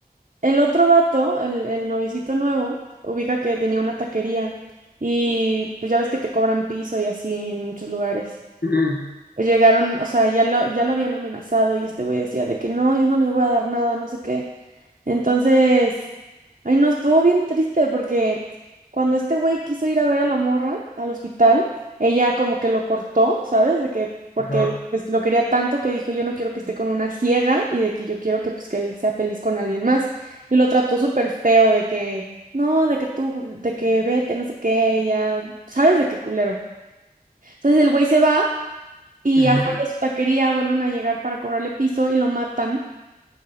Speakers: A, on the right (about 50°); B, on the left (about 75°).
A: el otro vato, el, el novicito nuevo, ubica que tenía una taquería, y pues ya ves que te cobran piso y así en muchos lugares.
B: Ujú.
A: pues, Llegaron, o sea, ya lo, ya lo habían amenazado y este güey decía de que no, yo no les voy a dar nada, no sé qué. Entonces, ay, no, estuvo bien triste porque cuando este güey quiso ir a ver a la morra al hospital, ella como que lo cortó, ¿sabes? De que, porque
B: Ajá.
A: pues lo quería tanto que dijo, yo no quiero que esté con una ciega y de que yo quiero que pues que él sea feliz con alguien más. Y lo trató súper feo de que, no, de que tú, de que vete, no sé qué, ya, ¿sabes? De qué culero. Entonces el güey se va y
B: Ujú.
A: afuera de su taquería vuelven a llegar para cobrarle piso y lo matan.